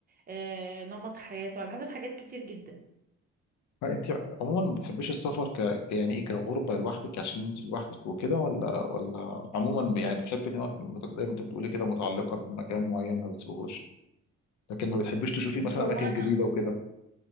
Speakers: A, on the right; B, on the left.
A: آه، نمط حياته على حسب حاجات كتير جدا
B: انت عموما ما بتحبيش السفر ك ك- يعني ايه كغربه لوحدك عشان انت لوحدك وكده ولا ولا عموما يعني بتحبي ان هو مت- زي ما انت بتقولي كده متعلقه بمكان معين ما بتسيبهوش لكن ما بتحبيش تشوفي مثلا
A: هو
B: اماكن
A: أنا
B: جديده وكده؟